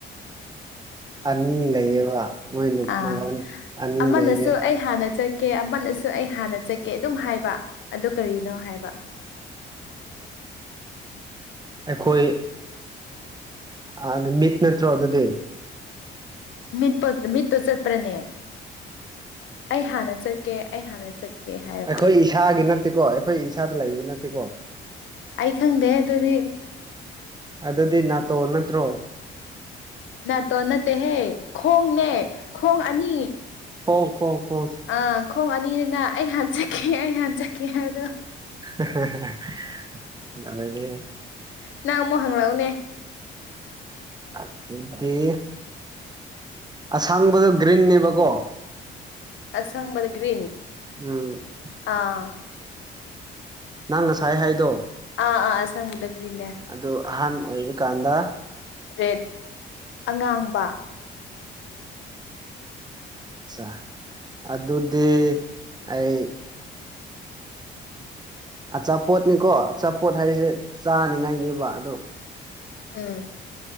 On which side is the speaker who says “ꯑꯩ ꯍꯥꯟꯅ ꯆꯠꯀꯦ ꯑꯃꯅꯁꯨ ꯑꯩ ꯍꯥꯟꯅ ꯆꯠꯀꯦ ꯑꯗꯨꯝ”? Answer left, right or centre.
Left